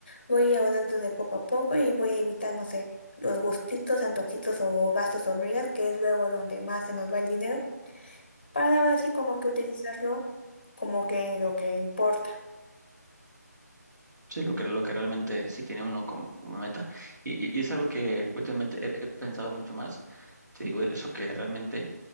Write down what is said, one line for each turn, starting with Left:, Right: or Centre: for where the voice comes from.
Left: voy ahorrando de poco a poco y voy a evitar, no sé, los gustitos, antojitos o gastos hormigas, que es luego donde más se nos va el dinero, para ahora sí como que utilizarlo como que lo que importa.
Right: Sí, lo que, lo que realmente sí tiene uno como, como meta. Y, y- y es algo que últimamente he, he pensado mucho más. Te digo, eso que realmente,